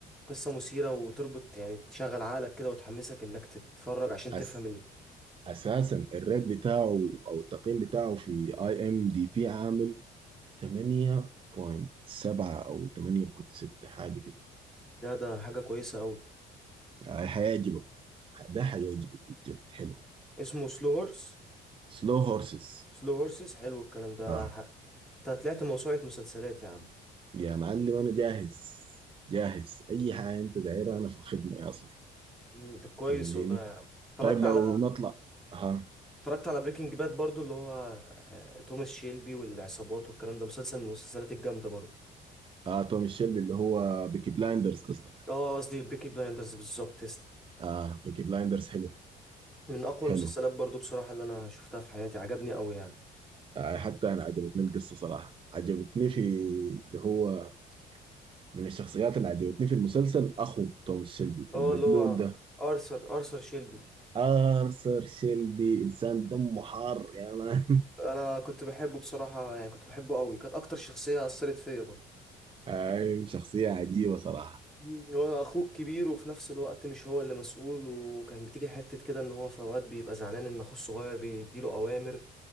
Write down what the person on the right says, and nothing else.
أس
أساسا الريت بتاعه أو التقييم بتاعه في اي ام دي بي عامل 8.7 أو 8.6 حاجة كده
آه، هيعجبك ده هيعجبك بجد حلو
سلو هورسز
اه
يا معلم أنا جاهز جاهز أي حاجة أنت دايرها أنا في الخدمة يا أصلي
خليني
طيب لو
نطلع ها
آه آه توم الشلبي اللي هو بيكي بلايندرز قصدك
اه بيكي بلايندرز حلو
حلو
آه حتى أنا عجبتني القصة صراحة عجبتني في اللي هو من الشخصيات اللي عجبتني في المسلسل أخو توماس شيلبي
المجنون
ده
آرثر شيلبي إنسان دمه حار يا مان
<laughs> أيوة شخصية عجيبة صراحة